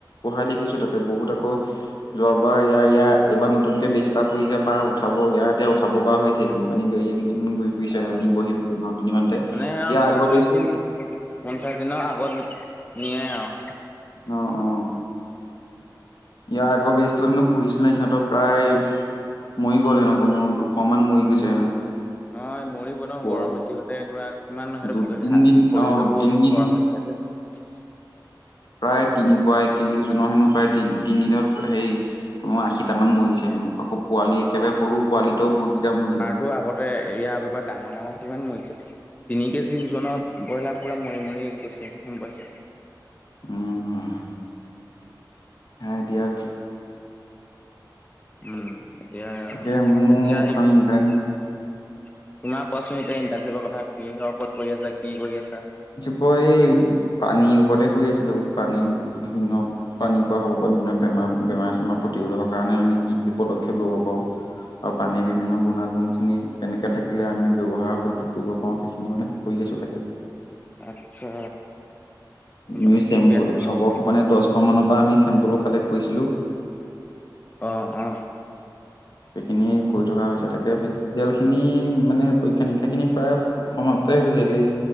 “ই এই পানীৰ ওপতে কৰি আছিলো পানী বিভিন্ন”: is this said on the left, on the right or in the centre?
Left